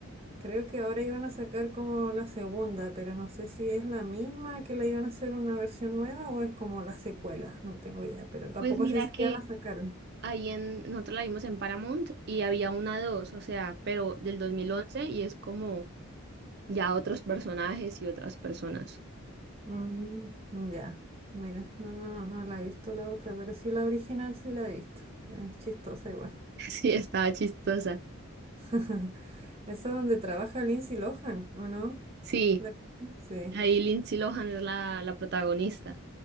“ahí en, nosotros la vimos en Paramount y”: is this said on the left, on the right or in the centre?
Right